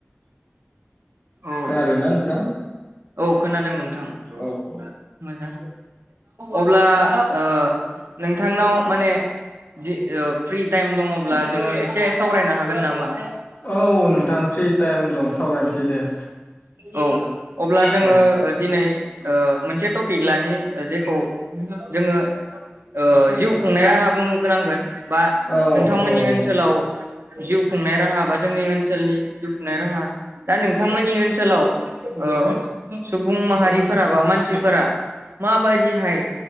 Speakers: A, on the right; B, on the left.
A: औ
B: खोनादोंना नोंथां
A: औ खोनादों नोंथां थां
B: औ
A: <unintelligible> मोजां अब्ला ओ नोंथांनाव माने दि ओ फ्रि टाइम दङब्ला जोङो एसे सावरायनो हागोन नामा
B: औ नोंथां फ्रि टाइम दं सावरायनोसै दे
A: औ अब्ला
B: औ
A: जोङो ओ दिनै ओ मोनसे। टपिक लानि जेखौ जोङो ओ जिउ खुंनाय राहा बुंगो नांगोन। बा
B: औ
A: नोंथांमोननि
B: औ औ
A: ओनसोलाव। जिउ खुंनाय राहा बा जोंनि ओनसोलनि जिउ खुंनाय राहा दा नों बिथांमोननि ओनसोलाव ओ सुबुं माहारिफोरा बा मानसिफोरा मा बादि हाय